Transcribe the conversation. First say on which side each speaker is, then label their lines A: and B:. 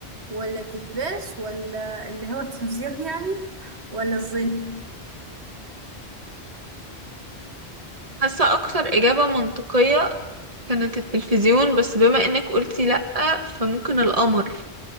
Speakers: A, on the right; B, on the right.
A: ولا التلفاز ولا اللي هو التلفزيون يعني ولا الظل
B: حاسة أكتر إجابة منطقية كانت التلفزيون بس بما إنك قلتي لأ فممكن القمر